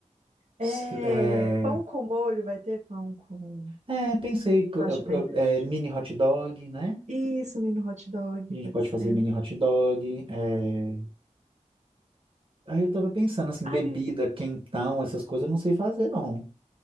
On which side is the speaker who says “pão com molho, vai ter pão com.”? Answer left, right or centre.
Right